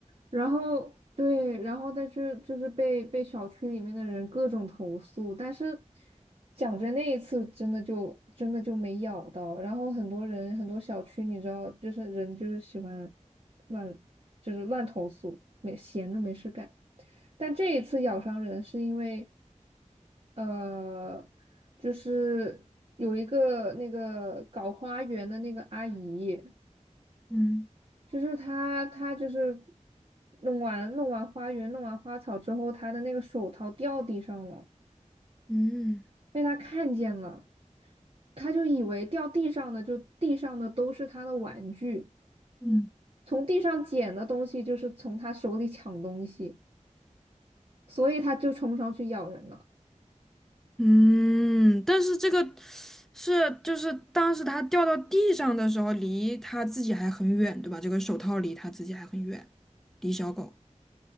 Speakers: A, on the right; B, in the centre.
A: 然后对，然后但是就是被被小区里面的人各种投诉，但是讲真，那一次真的就真的就没咬到。然后很多人很多小区，你知道，就是人就是喜欢乱就是乱投诉，没闲的没事干。但这一次咬伤人是因为呃，就是有一个那个搞花园的那个阿姨。
B: 嗯
A: 就是他他就是弄完弄完花园弄完花草之后，他的那个手套掉地上了，
B: 嗯，
A: 被他看见了，他就以为掉地上的就地上的都是他的玩具，
B: 嗯。
A: 从地上捡的东西就是从他手里抢东西，所以他就冲上去咬人了，
B: 嗯，但是这个是就是当时它掉到地上的时候，离它自己还很远，对吧？这个手套离它自己还很远，离小狗。